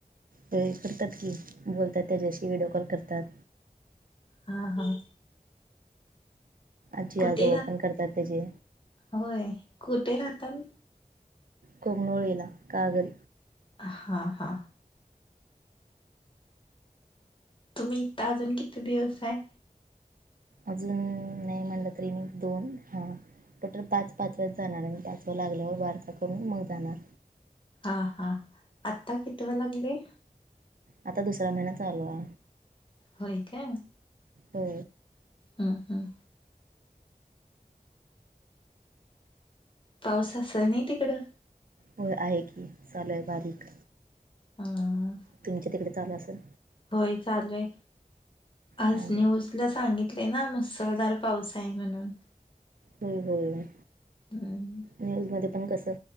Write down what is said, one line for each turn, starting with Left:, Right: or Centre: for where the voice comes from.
Right: ते करतात की बोलतात त्याच्याशी व्हिडिओ कॉल करतात
Left: हा हां
Right: आजजी
Left: कुठे
Right: आजो
Left: राह
Right: ओपन करतात त्याचेे
Left: होय कुठे राहतात
Right: कोकनळ येला कागद
Left: हा हा तुम्ही इथता अजून किती दिवस आहे
Right: अजून नाही म्हणलं तरी मी दोन हा टटल पाच पाच वेळेस जाणार आणि त्याचवर लागल्यावर वारसा करून मग जाणार
Left: हा हा आता किित लागले
Right: आता दुसरा महिना चालूवा
Left: होय का
Right: हो
Left: हं हं पाऊस असेल नाही तिकडं
Right: हो, आहे की, चालू हाय बारीक.
Left: हां.
Right: तुमच्या तिकडे चालं असल?
Left: होय चालू हाय. आज
Right: हा हा
Left: न्यूज ला सांगितलय ना, मुसळधार पाऊस आहे म्हणून.
Right: होय होय.
Left: हम्म.
Right: न्यूजमध्ये पण कसं,